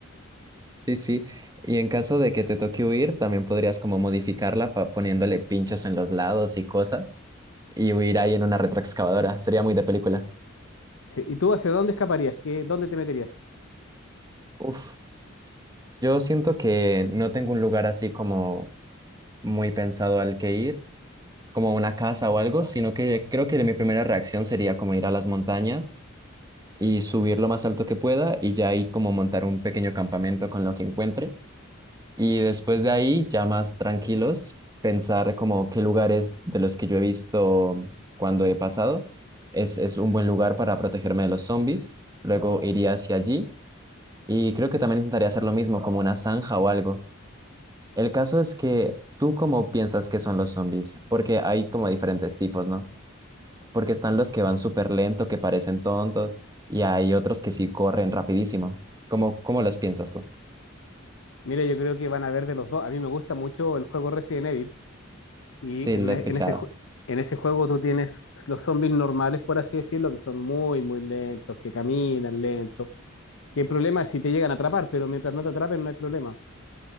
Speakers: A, on the right; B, on the left.
A: Sí, sí. Y en caso de que te toque huir, también podrías como modificarla pa- poniéndole pinchos en los lados y cosas y huir ahí en una retroexcavadora. Sería muy de película.
B: Sí, ¿Y tú hacia dónde escaparías? ¿Qué, dónde te meterías?
A: Uf, yo siento que no tengo un lugar así como muy pensado al que ir. como a una casa o algo, sino que creo que mi primera reacción sería como ir a las montañas y subir lo más alto que pueda y ya ahí como montar un pequeño campamento con lo que encuentre. Y después de ahí, ya más tranquilos, pensar como qué lugares de los que yo he visto cuando he pasado es, es un buen lugar para protegerme de los zombies. Luego iría hacia allí y creo que también intentaría hacer lo mismo, como una zanja o algo. El caso es que tú cómo piensas que son los zombies, porque hay como diferentes tipos, ¿no? porque están los que van súper lento, que parecen tontos, y hay otros que sí corren rapidísimo. ¿Cómo, cómo los piensas tú?
B: Mira, yo creo que van a ver de los dos. A mí me gusta mucho el juego Resident Evil y
A: Sí,
B: en,
A: lo he
B: e-
A: escuchado.
B: en ese, ju- en ese juego tú tienes los zombies normales, por así decirlo, que son muy, muy lentos, que caminan lentos. Que el problema es si te llegan a atrapar, pero mientras no te atrapen no hay problema.